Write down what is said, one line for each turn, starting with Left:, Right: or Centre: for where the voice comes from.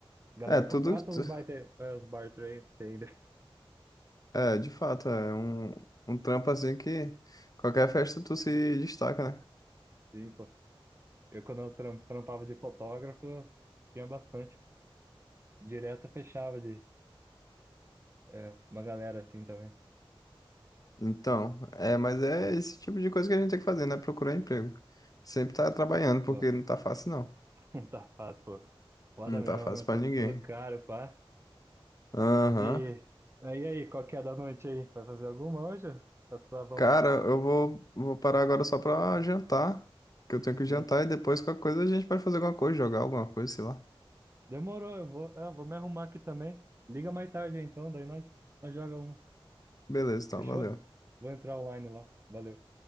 Right: Galera,
Left: É, tudo,
Right: contrata
Left: tu-
Right: os bar, é, os bar trade, tem, né?
Left: é, de fato, é um, um trampo assim que qualquer festa tu se destaca, né?
Right: <laughs> sim, pô. Eu, quando eu tram- trampava de fotógrafo, tinha bastante. Direto fechava de é, uma galera assim também.
Left: Então, é, mas é esse tipo de coisa que a gente tem que fazer, né? Procurar emprego. Sempre tá trabalhando, porque
Right: Pô,
Left: não tá fácil, não.
Right: <laughs> um tapado, pô. Foda
Left: Não
Right: mesmo,
Left: tá fácil
Right: né? Tudo,
Left: pra ninguém.
Right: tudo caro, pá.
Left: Aham.
Right: E aí, aí, qual que é da noite aí? Vai fazer alguma hoje? Tá suavão?
Left: Cara, eu vou, vou parar agora só pra jantar, que eu tenho que
Right: Sim.
Left: jantar e depois qualquer coisa a gente pode fazer alguma coisa, jogar alguma coisa, sei lá.
Right: Demorou, eu vou, eu vou me arrumar aqui também. Liga mais tarde então, daí nós, nós joga uma.
Left: Beleza, então,
Right: Fechou?
Left: valeu.
Right: Vou entrar online lá. Valeu.